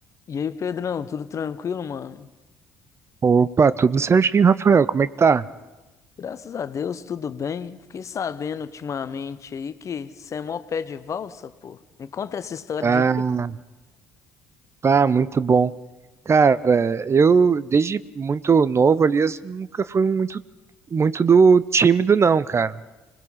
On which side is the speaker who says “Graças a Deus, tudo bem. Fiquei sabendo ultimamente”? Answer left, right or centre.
Left